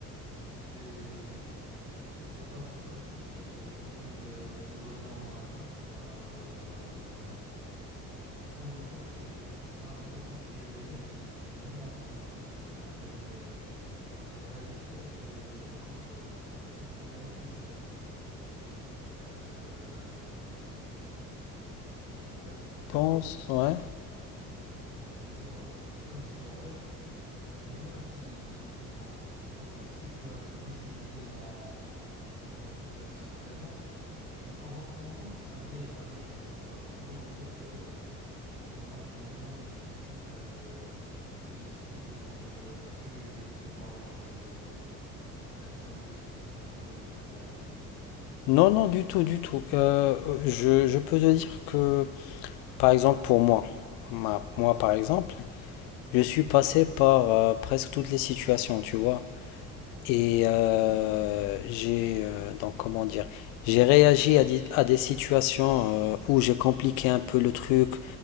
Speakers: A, on the left; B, on the left.
A: j'ai Je sais pas, c'est comme si j'ai j'ai envie de te donner mon avis. Euh, moi, je crois que c'est là, là, ce que tu viens de dire, c'est c'est vraiment un truc qui est facile à dire, mais la réalité, c'est c'est autre chose. La réalité, c'est autre chose. Euh, en fait, euh,
B: Pense, ouais.
A: en- je sais pas. C'est comme si en vrai, L'humain, si, je crois, je crois que si tu as une facilité dans, dans ta situation présente, tu vas avoir tendance à dire, à dire cela. Tu vas avoir tendance à dire que, euh, voilà, finalement, il suffit de, il suffit de prendre du recul et de, de voir les choses, euh, d'un point de vue, ex- d'un point de vue extérieur.
B: Non, non, du tout, du tout. Euh, je, je peux te dire que Par exemple, pour moi, ma- moi par exemple, je suis passé par euh, presque toutes les situations, tu vois.
A: Ok.
B: Et euh, j'ai, euh, donc comment dire, j'ai réagi à, di- à des situations euh, où j'ai compliqué un peu le truc,